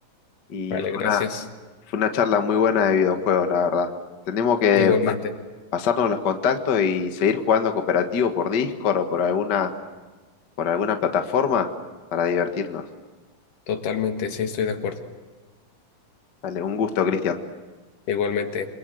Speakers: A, on the left (about 45°); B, on the left (about 75°).
A: y
B: vale,
A: fue
B: gracias.
A: una, fue una charla muy buena de videojuegos, la verdad. Tenemos que
B: Igualmente,
A: pa- pasarnos los contactos y seguir jugando cooperativo por Discord o por alguna por alguna plataforma para divertirnos.
B: totalmente, sí, estoy de acuerdo.
A: Dale, un gusto, Cristian.
B: Igualmente.